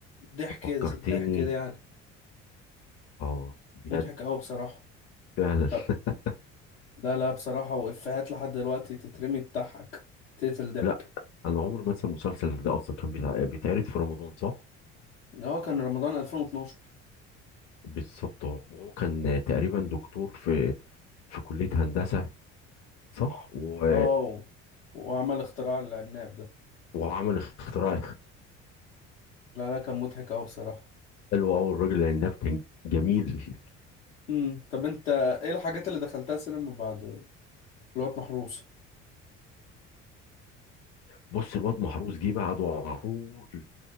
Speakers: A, on the left; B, on the left.
A: ضحك
B: فكرتني
A: ضحك ده يعني
B: اه بجد
A: مضحك أوي بصراحة
B: فعلا
A: طب
B: <laughs>
A: لا لا بصراحة وإفيهات لحد دلوقتي تترمي تضحك تقتل ضحك
B: لا انا عمري ما انسى المسلسل ده اصلا كان بيتع- بيتعرض في رمضان صح
A: هو كان رمضان 2012
B: بالظبط اه وهو كان تقريبا دكتور في في كلية هندسة صح و...
A: اه وعمل اختراع العناب ده
B: وعمل اختراع
A: لا لا كان مضحك أوي بصراحة
B: حلو قوي الراجل العناب كان جميل
A: امم طب انت ايه الحاجات اللي دخلتها سينما بعد الوقت محروس
B: بص الواد محروس جه بعده على طول